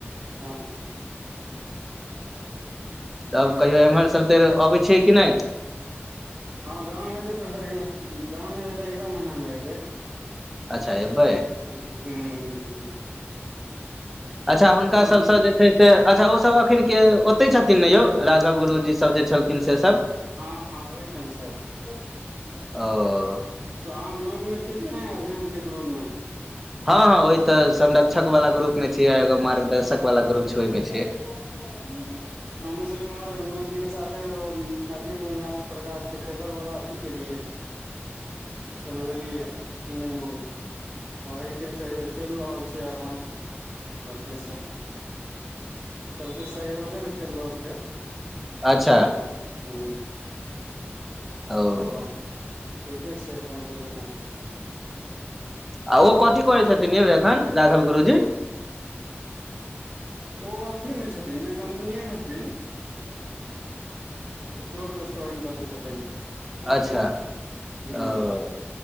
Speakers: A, on the right; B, in the centre.
A: हँहँ
B: तब कहियो एम्हर सब तैर अबै छियै कि नै।
A: हँ गाँम हेतै तऽ गाँम हेतै तऽ अगिला महीना मे एबै।
B: अच्छा एबै।
A: हु- हु - हु
B: अच्छा हुनका
A: गाममे
B: सबसँ जे छैय। से अच्छा ओ सब अखन के ओतै छथिन ने यौ राघव गुरुजी सब जे छलखिन सब
A: हँ हँ ओहिठम छथि
B: ओ
A: त आहाँ ग्रुप मे छियै कि नै अभियान के ग्रुप मे
B: हँ हँ ओहि त संरक्षक वाल ग्रुप मे छीय एगो मार्गदर्शक वाला ग्रुप छै
A: <unintelligible>
B: ओहिमे छियै
A: हमहु सब इमहर गुरुजी के साथे ओ मैथिली <unintelligible> प्रकाश के पेपर वाला अथी के लिए
B: <inaudible>
A: <unintelligible> हु आब अहि के चैल रहल छै अथी सब सबक के सहयोग से चलि रहल छै
B: अच्छा
A: लेकिन एखन हू
B: ओ
A: त अपन ठीके छै अपन जे जना छय से
B: आ ओ कथी करै छथिन यौ एखन राघव गुरुजी
A: ओ अथी मे छथिन ने कम्पनिए मे छथिन स्टोर तेस्टोर मे कतो छथिन कंपनी
B: अच्छा
A: मे उ हू
B: ओ
A: हू